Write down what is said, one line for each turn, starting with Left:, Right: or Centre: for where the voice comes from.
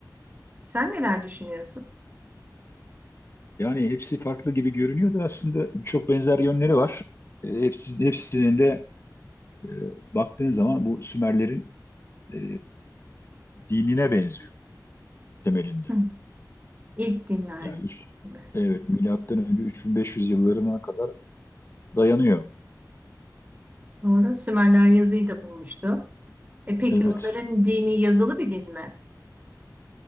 Right: Sen neler düşünüyorsun?
Left: Yani hepsi farklı gibi görünüyor da aslında çok benzer yönleri var. E, Hepsi, hepsinin de e, baktığın zaman bu Sümerlerin e, dinine benziyor temelinde.
Right: Hı. İlk dinler.
Left: Yani üst,
Right: gibi.
Left: evet milattan önce 3500 yıllarına kadar dayanıyor.
Right: Doğru. Sümerler yazıyı da bulmuştu. E peki
Left: Evet
Right: onların dini yazılı bir din mi?